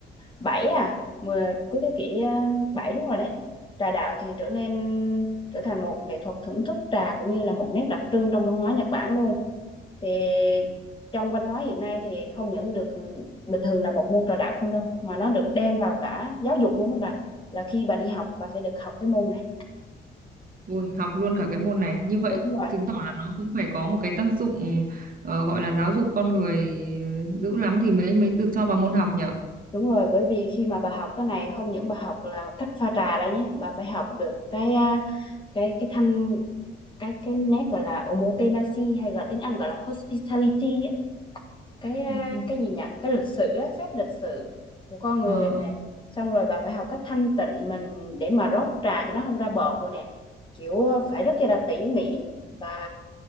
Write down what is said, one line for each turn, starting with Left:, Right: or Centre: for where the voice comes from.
Left: 7 à mười- cuối thế kỷ ờ, 7 đúng rồi đấy trà đạo thì trở nên trở thành một nghệ thuật thưởng thức trà cũng như là một nét đặc trưng trong văn hóa Nhật Bản luôn thì trong văn hóa hiện nay thì không những được ừ, bình thường là một môn trà đạo không đâu mà nó được đem vào cả giáo dục luôn các bà là khi bà đi học bà sẽ được học cái môn này
Right: ui học luôn cả cái môn này như vậy
Left: đúng rồi
Right: chứng tỏ là nó cũng phải có một cái tác dụng ờ, gọi là giáo dục con người ờ, dữ lắm thì mới mới được cho vào môn học nhở
Left: Đúng rồi, bởi vì khi mà bà học cái này không những bà học là cách pha trà đó nhé, bà phải học được cái à, cái cái thanh cái cái nét gọi là omotenashi hay gọi tiếng Anh gọi là hospitality á, cái à,
Right: Ừ.
Left: cái gì nhỉ? Cái lịch sử á, phép lịch sự của con người
Right: Ờ, ờ.
Left: nè. Xong rồi bà phải học cách thanh tịnh mình để mà rót trà cho nó không ra bọt rồi nè. Kiểu à, phải rất là tỉ mỉ và